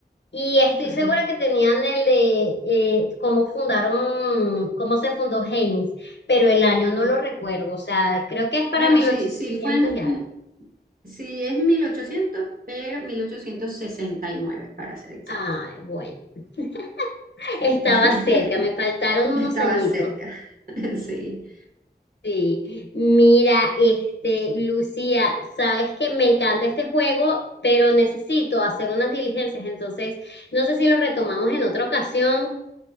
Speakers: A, on the left (about 80°); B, on the right (about 55°).
A: Y estoy
B: ajá.
A: segura que tenían el de eh, cómo fundaron, cómo se fundó Heinz, pero el año
B: ujú.
A: no lo recuerdo, o sea, creo que es para
B: Bueno,
A: 1800
B: sí, sí fue en,
A: y algo.
B: sí es 1800, pero 1869 para ser exacto.
A: Ay, bueno, <laughs>
B: Sí,
A: estaba
B: <laughs>
A: cerca, me faltaron unos
B: estaba
A: añitos.
B: cerca. <laughs> Sí.
A: Sí, mira, este, Lucía, sabes que me encanta este juego, pero necesito hacer unas diligencias, entonces no sé si lo retomamos en otra ocasión.